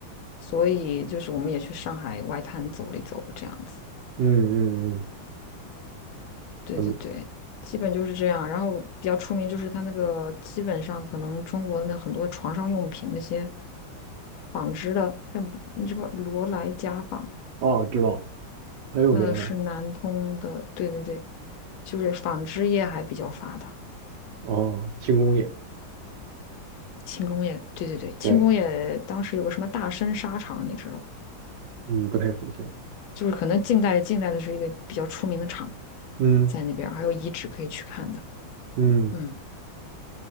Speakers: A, on the left; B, on the right.
A: 所以就是我们也去上海外滩走了一走，这样子。
B: 嗯嗯
A: 对对对，
B: 嗯，
A: 基本就是这样。然后比较出名就是它那个，基本上可能中国的很多床上用品那些纺织的，像你知不知道罗莱家纺，
B: 哦，知道，还有名的？
A: 那是南通的。对对对，就是纺织业还比较发达。
B: 哦，轻工业。
A: 轻工业，对对对，轻工业当时有个什么大深沙场，
B: 对，
A: 你知道吗？
B: 嗯，不太熟悉了。
A: 就是可能近代近代的是一个比较出名的厂，
B: 嗯。
A: 在那边儿还有遗址可以去看的。
B: 嗯，
A: 嗯，